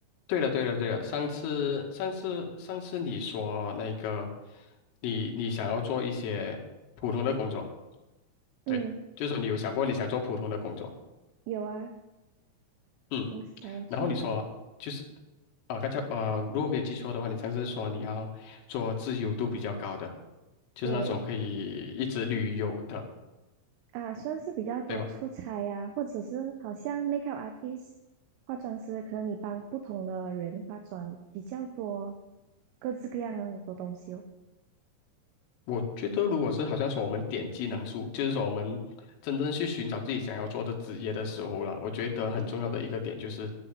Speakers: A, on the left (about 80°); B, on the right (about 80°).
A: 对了，对了，对了，上次上次上次你说那个，你你想要做一些普通的工作，
B: 嗯，
A: 对，就是说你有想过你想做普通的工作，
B: 有啊，
A: 嗯，
B: 我想做，
A: 然后你说就是啊、呃刚才呃，如果没有记错的话，你上次说你要做自由度比较高的，就是那种可以一直旅游的，
B: 对啊，算是比较多出差呀、
A: 对吗？
B: 或者是好像 makeup artist 化妆师，可能你帮不同的人化妆比较多，各式各样的东西哦。
A: 我觉得，如果是好像说我们点技能树，就是说我们真正去寻找自己想要做的职业的时候了，我觉得很重要的一个点就是，